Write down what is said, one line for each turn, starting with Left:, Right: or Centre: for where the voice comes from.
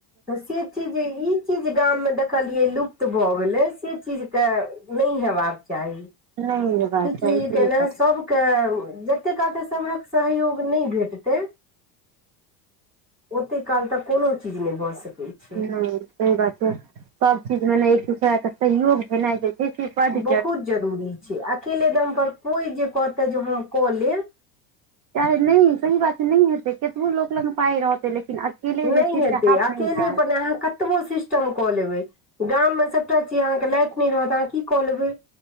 Centre: तऽ से चीज ई चीज गाममे देखलियै लुप्त भऽ गेलै से चीज के नहि हेबाक चाही
Right: नहि हेबाक
Centre: ई चिज
Right: चाही से
Centre: के
Right: बात
Centre: सबके जतेक कहत सभहक सहयोग नहि भेटतै ओते काल तऽ कोनो चीज नहि ब सकै छै
Right: ह सह बात छै सब चीज मे ने एक दूसरा के सहयोग भेनाइ छै से बड्ड
Centre: बहुत जरूरी छै अकेले दम पर कोइ जे कहतै जे हम कऽ लेब
Right: चाहे नहि सही बात छै नइ हेतेय केतबो लोक लग पाय रहते लेकिन अकेले
Centre: नहि
Right: जे छै
Centre: हेतय
Right: चाहत
Centre: अकेले
Right: नहि हैत
Centre: पर ने अहाँ कतबो सिस टम क लेबै गॉम मे सबटा चिज लाइट नै रहत आहा की क लेबय